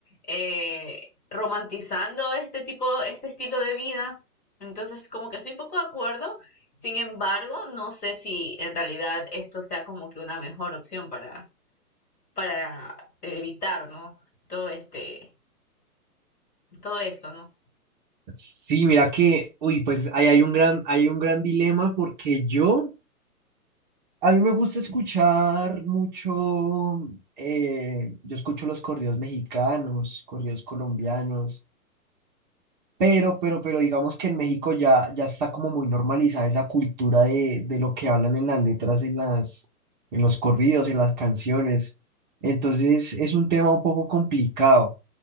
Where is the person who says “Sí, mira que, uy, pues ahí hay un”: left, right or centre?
Right